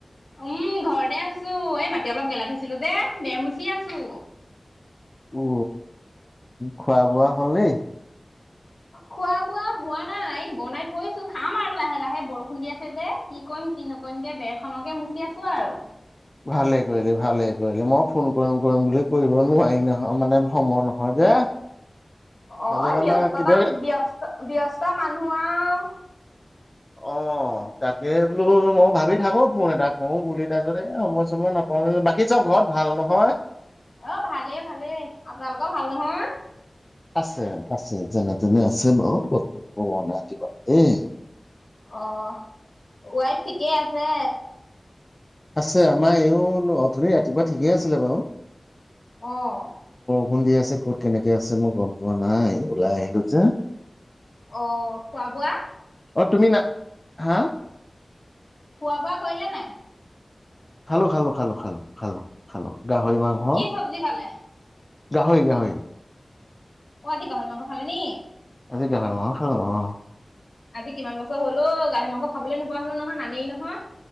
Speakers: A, on the left; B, on the left.
A: উম ঘৰতে আছো এই মাটি অলপ গেলাই থৈছিলো যে বেৰ মচি আছো।
B: অ খোৱা বোৱা হল ন?
A: খোৱা বোৱা হোৱা নাই বনাই থৈছো খাম আৰু লাহে লাহে বৰষুণ দিয়া চে কি কৰিম কি নকৰিম কে বেৰ খনকে মুচি আছো আৰু।
B: ভালে কৰিলে ভালে কৰিলে মই ফোন কৰিম কৰিম বুলি কৰিব নোৱাৰি নহয় মানে সময় নহয় যে। সেইটো
A: অ
B: কাৰণে
A: ব্যস্ততা
B: কেতিয়াবা কেতিয়া
A: ব্যস ব্যস্ত মানুহ আৰু।
B: অ তাকে বোলো মই ভাবি থাকো ফোন এটা কৰোঁ বুলি তাৰপিছত এ সময় চয় নাপাওঁ, বাকী চব ঘৰত ভাল নহয়?
A: অ ভালেই ভালেই আপোনালোকৰ ভাল নহয়?
B: আছে আছে যেনে তেনে আছে বাৰু। <unintelligible> ৰাতিপুৱা। এই
A: অহ ৱাইফ ঠিকেই আছে?
B: আছে আমাৰ এইও অথনি ৰাতিপুৱা ঠিকেই আছিলে বাৰু।
A: অহ
B: খুধি আছে ক'ত কেনেকে আছে মই গম পোৱা নাই ওলাই আহিলো যে
A: অ খোৱা বোৱা?
B: অ তুমি না হা?
A: খোৱা বোৱা কৰিলে নে নাই?
B: খালো খালো খালো খালো খালো খালো। গাহৰি মাংস
A: কি চব্জি খালে?
B: গাহৰি গাহৰি।
A: পুৱা উঠি গাহৰি মাংস খালে নি?
B: আজি গাহৰি মাংস খালোঁ অ'।
A: আজি কিমান বছৰ হ'ল অ' গাহৰি মাংস খাবলৈ নোপোৱা হ'লো নহয় নানেই নহয়।